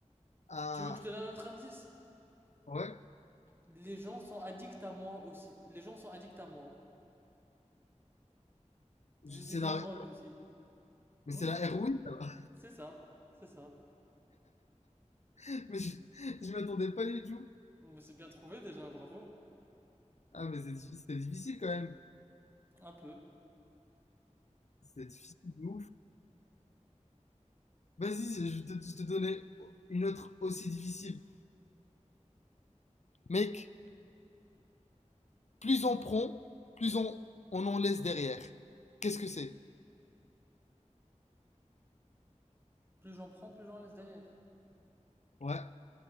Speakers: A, on the left; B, on the right.
A: ah,
B: Tu veux que je te donne un autre indice?
A: ouais.
B: Les gens sont addicts à moi aussi. Les gens sont addicts à moi.
A: Je-
B: Je suis
A: C'est la,
B: une drogue aussi.
A: mais
B: Hmm
A: c'est la héroïne, alors.
B: C'est ça, c'est ça.
A: <laughs> Mais je, je m'attendais pas du tout.
B: Mais c'est bien trouvé déjà, bravo.
A: Ah, mais c'est diffi- c'était difficile quand même.
B: Un peu.
A: C'était difficile de ouf. Vas-y, je je te, je te donnais une autre aussi difficile. Mec, plus on prend, plus on, on en laisse derrière. Qu'est-ce que c'est?
B: Plus j'en prends, plus j'en laisse derrière.
A: Ouais.